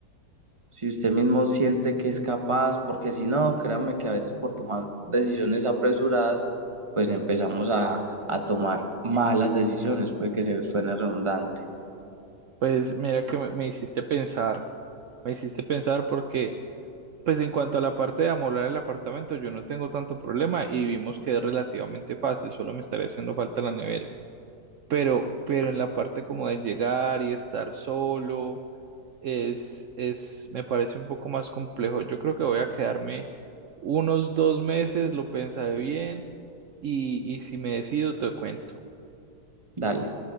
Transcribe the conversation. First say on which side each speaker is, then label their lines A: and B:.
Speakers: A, on the right; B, on the right.
A: si usted mismo siente que es capaz, porque si no, créame que a veces por tomar decisiones apresuradas, pues empezamos a, a tomar malas decisiones, puede que se suene redundante.
B: pues mira que me me hiciste pensar, me hiciste pensar porque... Pues en cuanto a la parte de amoblar el apartamento, yo no tengo tanto problema y vimos que es relativamente fácil, solo me estaría haciendo falta la nevera. Pero, pero en la parte como de llegar y estar solo, es, es, me parece un poco más complejo. Yo creo que voy a quedarme unos dos meses, lo pensaré bien y, y si me decido te cuento.
A: Dale.